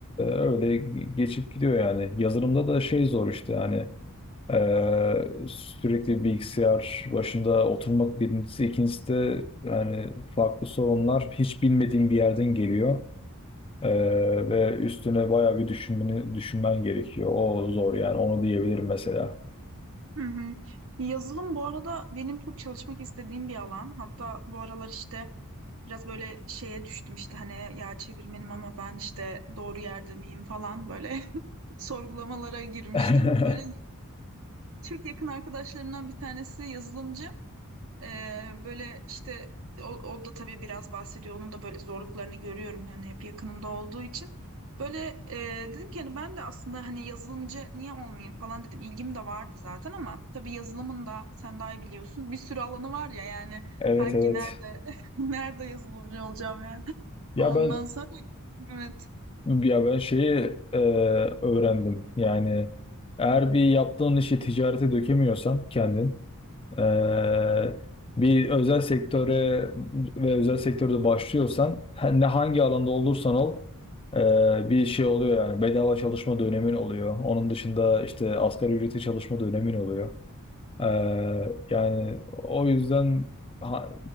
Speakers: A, on the left; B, on the right.
A: öyle geçip gidiyor yani. Yazılımda da şey zor işte yani. Ee, sürekli bilgisayar başında oturmak birincisi, ikincisi de yani farklı sorunlar hiç bilmediğin bir yerden geliyor. Ee, ve üstüne bayağı bir düşünmeni, düşünmen gerekiyor. O zor yani onu diyebilirim mesela.
B: Hı hı. Yazılım bu arada benim çok çalışmak istediğim bir alan. Hatta bu aralar işte biraz böyle şeye düştüm işte hani ya çevirmenim ama ben işte doğru yerde miyim falan böyle <laughs> sorgulamalara girmiştim.
A: <laughs>
B: Böyle çok yakın arkadaşlarımdan bir tanesi yazılımcı. Ee, böyle işte o, o da tabii biraz bahsediyor. Onun da böyle zorluklarını görüyorum hani hep yakınımda olduğu için. Böyle e, dedim ki hani ben de aslında hani yazılımcı niye olmayayım falan dedim. İlgim de vardı zaten ama tabii yazılımın da sen daha iyi biliyorsun. Bir sürü alanı var ya yani
A: Evet
B: hangi
A: evet.
B: nerede <laughs> nerede yazılımcı olacağım yani.
A: Ya
B: Ondan
A: ben
B: sonra evet.
A: ya ben şeyi e, öğrendim. Yani eğer bir yaptığın işi ticarete dökemiyorsan kendin Ee, bir özel sektöre ve özel sektörde başlıyorsan her- ne hangi alanda olursan ol e, bir şey oluyor yani bedava çalışma dönemin oluyor. Onun dışında işte asgari ücreti çalışma dönemin oluyor. Ee, yani o yüzden ha-